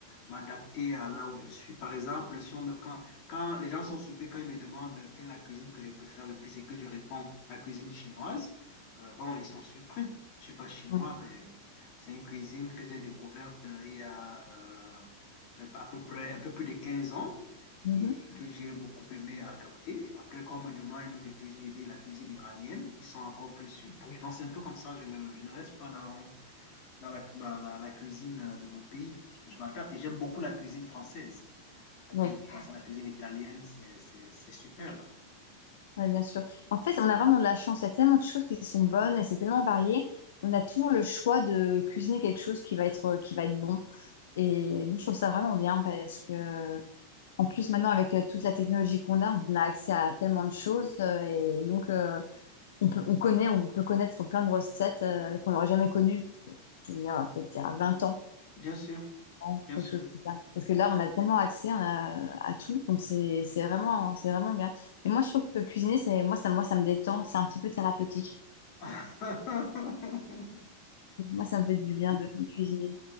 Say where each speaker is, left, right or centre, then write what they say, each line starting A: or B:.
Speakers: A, on the left (about 40°); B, on the left (about 60°).
A: m'adapter à là où je suis. Par exemple, si on me, quand, quand les gens sont surpris, quand ils me demandent quelle est la cuisine que je préfère le plus et que je réponds la cuisine chinoise, euh, bon, ils sont surpris. Je ne suis pas chinois,
B: Ouais.
A: mais c'est une cuisine que j'ai découverte euh, il y a euh, à peu près un peu plus de 15 ans.
B: Mhm.
A: Et que j'ai beaucoup aimé adopter. Après, quand on me demande une autre cuisine, je dis la cuisine iranienne. Ils sont encore plus surpris. Donc, c'est un peu comme ça. Je ne, je ne reste pas dans, dans la, la, la cuisine euh, de mon pays. Je m'adapte et j'aime beaucoup la cuisine française. La
B: Ouais.
A: cuisine française, la cuisine italienne, c'est, c'est, c'est superbe.
B: Oui, bien sûr. En fait, on a vraiment de la chance. Il y a tellement de choses qui sont bonnes et c'est tellement varié. On a toujours le choix de cuisiner quelque chose qui va être, qui va être bon. Et je trouve ça vraiment bien parce que, en plus, maintenant, avec euh, toute la technologie qu'on a, on a accès à tellement de choses. euh, Et donc, euh, on peut, on connaît, on peut connaître plein de recettes euh, qu'on n'aurait jamais connues, je veux dire, peut-être il y a 20 ans
A: Bien sûr,
B: ans,
A: bien
B: quelque
A: sûr.
B: chose comme ça. Parce que là, on a tellement accès on a- à tout, donc c'est c'est vraiment, c'est vraiment bien. Et moi, je trouve que cuisiner, c'est moi, ça, moi, ça me détend, c'est un petit peu thérapeutique.
A: <laughs>
B: Moi, ça me fait du bien de, de cuisiner.